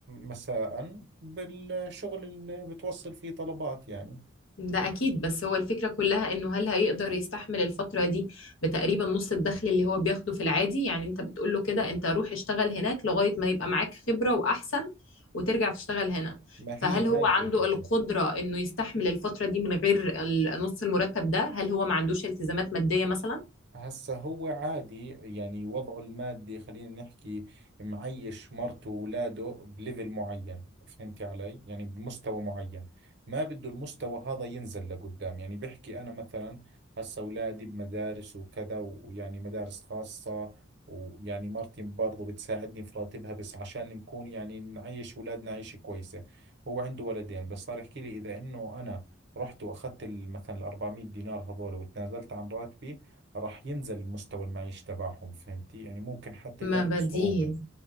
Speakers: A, on the right; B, on the left.
A: مساء بالشغل اللي بتوصل فيه طلبات يعني
B: ده أكيد بس هو الفكرة كلها إنه هل هيقدر يستحمل الفترة دي بتقريبا نص الدخل اللي هو بياخده في العادي يعني أنت بتقول له كده أنت روح اشتغل هناك لغاية ما يبقى معاك خبرة وأحسن وترجع تشتغل هنا
A: ما
B: فهل
A: هي
B: هو
A: هاي
B: عنده
A: هي الفكرة
B: القدرة إنه يستحمل الفترة دي من غير ال- نص المرتب ده هل هو ما عندوش التزامات مادية مثلا؟
A: هسا هو عادي يعني وضعه المادي خلينا نحكي معيش مرته وولاده بليفل معين فهمتي علي يعني بمستوى معين ما بده المستوى هذا ينزل لقدام يعني بحكي أنا مثلا هسا أولادي بمدارس وكذا ويعني مدارس خاصة ويعني مرتي برضه بتساعدني في راتبها بس عشان نكون يعني نعيش أولادنا عيشة كويسة هو عنده ولدين بس صار يحكي لي إذا إنه أنا رحت وأخذت ال- مثلا ال 400 دينار هذول وتنازلت عن راتبي راح ينزل المستوى المعيشي تبعهم فهمتي يعني ممكن حتى
B: ما
A: يواجهوا
B: بديهي
A: صعوبة